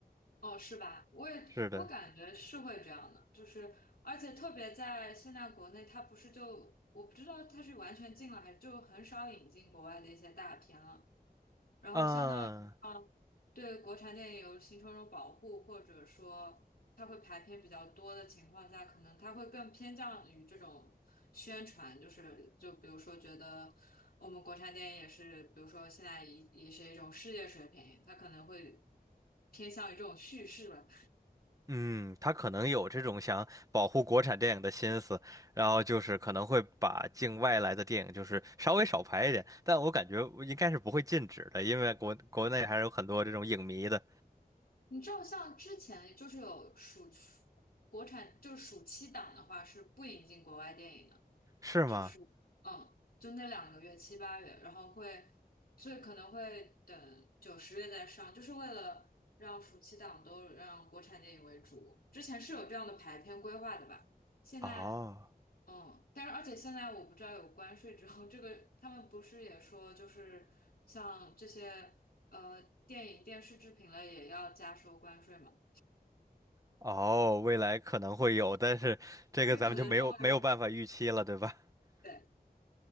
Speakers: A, on the left; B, on the right.
A: 哦，是吧？我也我感觉是会这样的，
B: 是的，
A: 就是而且特别在现在国内，他不是就我不知道他是完全禁了，还是就很少引进国外的一些大片了。然后相当于啊，
B: 嗯。
A: 对国产电影有形成一种保护，或者说它会排片比较多的情况下，可能它会更偏向于这种宣传，就是就比如说觉得我们国产电影也是，比如说现在也也是一种世界水平，它可能会偏向于这种叙事吧。
B: 嗯，他可能有这种想保护国产电影的心思，然后就是可能会把境外来的电影就是稍微少拍一点，但我感觉应该是不会禁止的，因为国国内还是有很多这种影迷的，
A: 你知道，像之前就是有暑国产就是暑期档的话是不引进国外电影的。
B: 是吗？
A: 就是嗯，就那两个月七八月，然后会，所以可能会等九十月再上，就是为了让暑期档都让国产电影为主。之前是有这样的排片规划的吧？现在
B: 哦
A: 嗯，但是而且现在我不知道有关税之后，这个他们不是也说就是像这些呃电影电视制品类也要加收关税嘛？
B: 哦，未来可能会有，但是这个咱们就没有没有办法预期了，
A: 这可能都会
B: 对吧？<laughs>
A: 对。